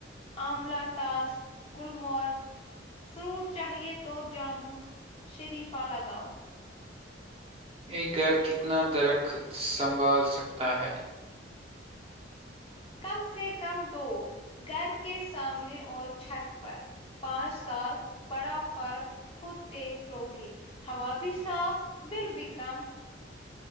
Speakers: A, on the left (about 30°); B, on the right (about 30°).
A: آملہ تاس گلمور فروٹ چاہیے تو جامن شریفہ لگاؤ
B: یہ گھر کتنا درخت سنبھال سکتا ہے
A: کم سے کم دو گھر کے سامنے اور چھت پر پانچ سال بڑا فرق خود دیکھ لو گے ہوا بھی صاف بل بھی کم